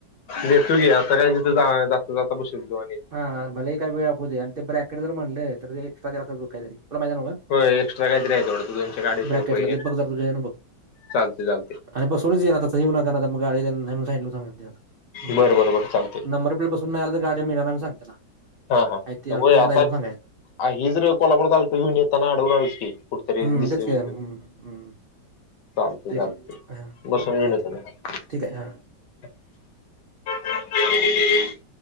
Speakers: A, on the left; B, on the right.
A: घेतो घे. आता काय तिथे जा जाता जाता बशील त्यो आणि
B: हा हा. भले ही काय वेळ आपू दे आणि ते ब्रॅकेट जर म्हणल तर ते एक्स्ट्रा द्यायला लागतय काही तरी. तुला माहितीय नव्ह का?
A: होय एक्स्ट्रा काही तरी वाटतय दोनशे क अडीचशे
B: ब्रॅकेटला
A: रुपये.
B: ते बघ जर तुझ्या ह्यानं बघ
A: चालते चालते.
B: आणि बसूनच ये ना आता तस येऊ नका मग गाडी नाही म्हणून सांगितल ते आता मुद्दाम.
A: बरं बरं बरं चालते
B: नंबर होय बसून नाही आला तर गाडी मिळणार नाही म्हणून सांग त्याला.
A: हा हा
B: आहे ते ऑल्टो
A: होय
B: घेऊन
A: आता
B: जायचं म्हणून सांगायचं
A: ही जर कोल्हापूर आलत युनिताना अडवून आलच की कुठतरी
B: हम्म
A: दिसल
B: तेच की
A: बिसल.
B: हम्म हम्म
A: चालतय
B: ठीक
A: चालतय
B: आहे हां
A: बसवून
B: हां
A: घेऊन
B: चालतंय
A: येतो घ्या.
B: ठीक आहे हां
A: <inaudible>